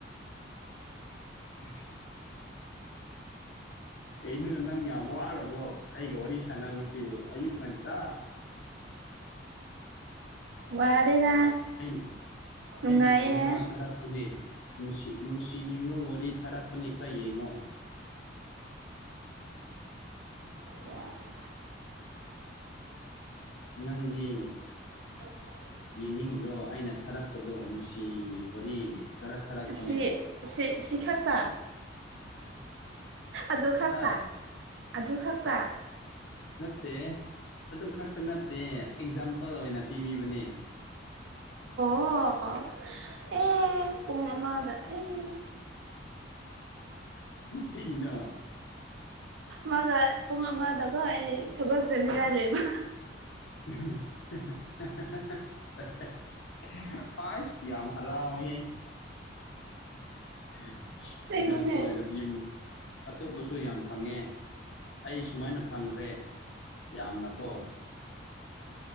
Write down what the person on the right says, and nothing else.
ꯋꯥꯗꯦꯗ
ꯅꯨꯡꯉꯥꯏꯌꯦ
ꯆꯥꯁ
<inaudible>
ꯑꯁꯤ ꯁꯤ ꯁꯤ ꯈꯥꯛꯇ ꯑꯗꯨ ꯈꯛꯇ
ꯑꯗꯨ ꯈꯛꯇ__
ꯑꯣ ꯑꯦ ꯄꯨꯡꯑꯃꯥꯗ ꯑꯦ
ꯃꯥꯗ ꯄꯨꯡ ꯑꯃꯗꯀꯣ ꯑꯩ ꯊꯕꯛ ꯆꯅꯤꯡꯉꯥꯏ ꯂꯩꯕ
ꯑꯁꯦꯡꯕꯅꯦ